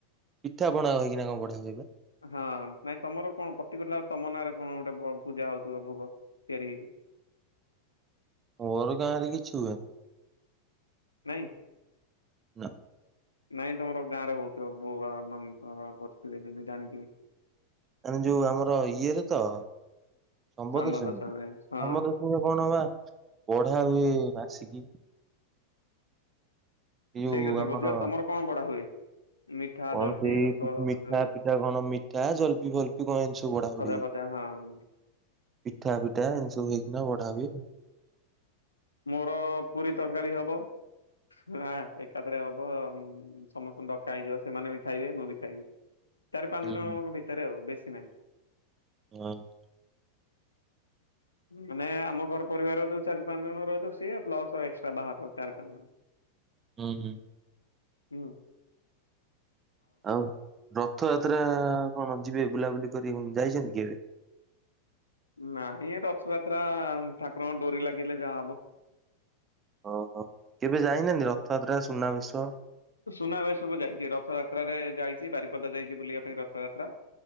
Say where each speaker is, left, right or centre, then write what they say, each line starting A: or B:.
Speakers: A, on the right (about 25°); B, on the left (about 80°).
A: ପିଠା ପଣା ହେଇଚି ନା କଣ ବଢିଆ ହୁଏ।
B: ହଁ ନାଇଁ ତମର କଣ ପ୍ରତିକିଲ ତମ ନାଁରେ କଣ ଗୋଟେ ପୂଜା ହଉଥିବ ଭୋଗ ତିଆରି ହେଇକି।
A: ମୋର ଗାଁ ରେ କିଛି ହୁଏନି।
B: ନାଇଁ।
A: ନା।
B: ନାଇଁ ତମର ଗାଁ ରେ ହଉଥିବ ବଉ ମମି ମାନେ କରିଥିବେ ଜାଣିିଥିବେ
A: ଆମେ ଯୋଉ ଆମର ଇଏରେ ତ ସମ୍ବଦ
B: ଶାମ୍ବ
A: ସେମି
B: ଦଶମୀରେ ହଁ
A: ଆମର ଉପରୁ କଣ ବା ପଢା ହୁଏ ଆସିକି ଏ
B: ସେଇ
A: ୟୁ
B: କଥା
A: ଆମର
B: କହୁଛି ବା ତମର କଣ ପଢା ହୁଏ। ମିଠା
A: କଣ
B: ଜଲପି
A: ସେଇ
B: ରସ
A: ମିଠା
B: ଯୋଉ
A: ପିଠା କଣ ମିଠା ଜଲ୍ପି ଫଲ୍ପି କଣ ଏମିତି ସବୁ ବଢା ହୁଏ। ବଢି
B: ଖଜା ଫଯା ହଁଉଁ।
A: ପିଠା ପିଠା ଏମିତି ସବୁ ହେଇକିନା ବଢା ହୁଏ।
B: ମୋର ପୁରୀ ତରକାରୀ ହବ। ହଁ ଏକାଥରେ ହବ ସମସ୍ତଙ୍କୁ ଡକା ହେଇଯିବ ସେମାନେ ବି ଖାଇବେ ମୁଁ ବି ଖାଇବି। ଚାରି ପାଞ୍ଚ
A: ହୁଁ
B: ଜଣଙ୍କ
A: ହୁଁ
B: ଭିତରେ ବେଶୀ ନାହିଁ।
A: ହଁ।
B: ମାନେ ଆମ ଘର ପରିବାର ଯୋଉ ଚାରି ପାଞ୍ଚ ଜଣ ରହିଲୁ ସେ ପ୍ଲସ୍ ଏକ୍ସଟ୍ରା ବାହାର ଚାରି ପାଞ୍ଚ ଜଣ।
A: ହୁଁ ହୁଁ।
B: ହୁଁ।
A: ଆଉ ରଥଯାତ୍ରା କଣ ଯିବେ ବୁଲାବୁଲି କରିବାକୁ ଯାଇଛନ୍ତି କେବେ।
B: ନାଁ ଏ ରଥଯାତ୍ରା ଠାକୁରଙ୍କ ଡୋରି ଲାଗିଲେ ଯାହା ହବ।
A: ଓ ହୋ କେବେ ଯାଇନାହାନ୍ତି ରଥଯାତ୍ରା ସୁନାବେଶ।
B: ସୁନାବେଶକୁ ଯାଇଛି ରଥଯାତ୍ରାରେ ଯାଇଛି ବାରିପଦା ଯାଇଛି ବୁଲିବା ପାଇଁ ରଥଯାତ୍ରା।